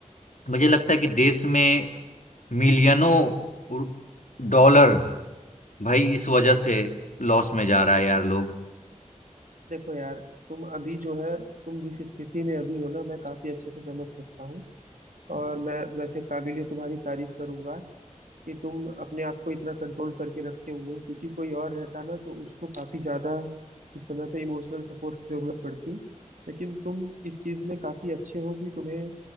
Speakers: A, on the left; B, on the right.
A: मुझे लगता है कि देश में मिलियनों डॉलर भाई इस वजह से लॉस में जा रहा है यार लोग
B: देखो यार तुम अभी जो है तुम जिस स्थिति में अभी हो ना मैं काफी अच्छे से समझ सकता हूँ और मैं वैसे काबिलियत तुम्हारी तारीफ करूंगा कि तुम अपने आप को इतना कंट्रोल करके रखे हुए हो क्योंकि कोई और रहता ना तो उसको काफी ज्यादा इस समय पे इमोशनल सपोर्ट की जरूरत पड़ती लेकिन तुम इस चीज में काफी अच्छे हो कि तुम्हें